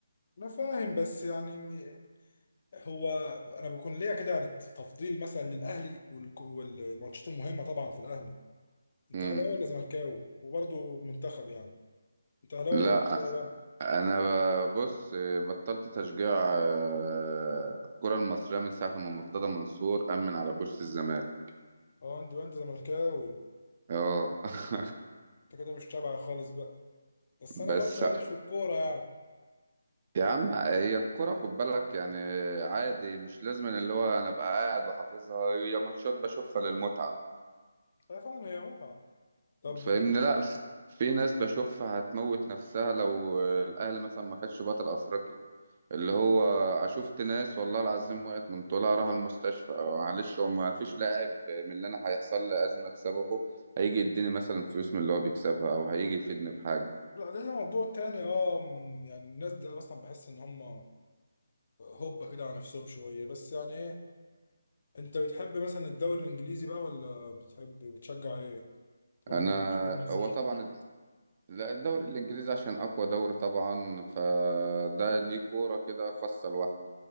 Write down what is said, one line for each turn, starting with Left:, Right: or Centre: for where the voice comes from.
Left: انا فاهم بس يعني هو انا بكون ليا كده يعني تفضيل مثلا للاهلي والك- والماتشات المهمه طبعا في الاهلي انت
Right: امم
Left: اهلاوي ولا زملكاوي وبرضه منتخب يعني انت اهلاوي
Right: لا
Left: ولا زملكاوي بقى؟
Right: انا ب- بص بطلت تشجيع آه، الكره المصريه من ساعه لما مرتضى منصور امن على كرسي الزمالك
Left: اه انت انت زملكاوي
Right: اه <laughs>
Left: انت كده مش تابع خالص بقى بس
Right: بس
Left: انا برضه ماليش في الكوره يعني
Right: يا عم هي الكره خد بالك يعني عادي مش لازم إن اللي هو انا ابقى قاعد وحافظها هي ماتشات بشوفها للمتعه
Left: هي فعلا هي متعه طب
Right: فاهمني
Left: ليه-
Right: لا ف- في ناس بشوفها هتموت نفسها لو الاهلي مثلا ما خدش بطل افريقي اللي هو شفت ناس والله العظيم وقعت من طولها راحوا المستشفى آه، معلش هو ما فيش لاعب من اللي انا هيحصل لي ازمه بسببه هيجي يديني مثلا فلوس من اللي هو بيكسبها او هيجي يفيدني بحاجه
Left: لا ده ده موضوع تاني اه م، يعني الناس دي اصلا بحس ان هم هوبا كده على نفسهم شويه بس يعني ايه انت بتحب مثلا الدوري الانجليزي بقى ولا بتحب بتشجع ايه؟ طالما
Right: انا
Left: انت مصر
Right: هو طبعا لا الدوري الإنجليزي عشان أقوى دوري طبعا فده ليه كورة كده خاصة لوحده